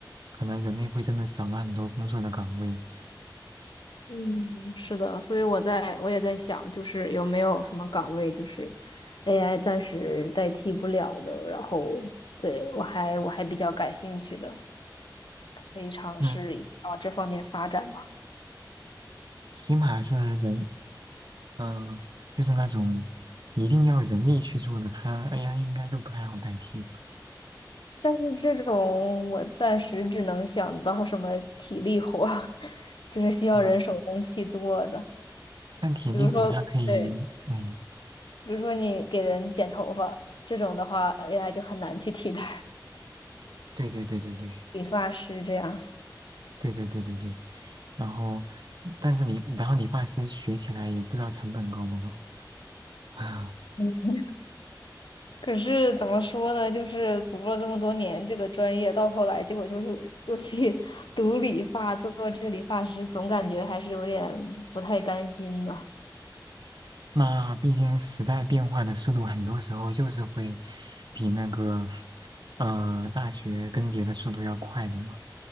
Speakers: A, on the right; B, on the left.
A: 可能人类会真的少了很多工作的岗位。
B: 嗯，是的，所以我在我也在想，就是有没有什么岗位就是 AI 暂时代替不了的，然后对我还我还比较感兴趣的，可以尝试一下往这方面发展吧。
A: 嗯，起码是人嗯，就是那种一定要人力去做的，它 AI 应该都不太好代替吧。
B: 但是这种我暂时只能想到什么体力活儿 <laughs> 就是需要人手工去做的，
A: 嗯，但体力活它可以，
B: 比如说对，
A: 嗯，
B: 比如说你给人剪头发这种的话，AI 就很难去替代
A: 对对对对对
B: 理发师这样。
A: 对对对对对。然后，但是你，然后理发师学起来也不知道成本高不高。<laughs> 啊。
B: 嗯可是怎么说呢？就是读了这么多年这个专业，到头来结果就又又去 <laughs> 读理发，做这个理发师，总感觉还是有点不太甘心呢。
A: 那毕竟时代变化的速度，很多时候就是会比那个呃大学更迭的速度要快的嘛。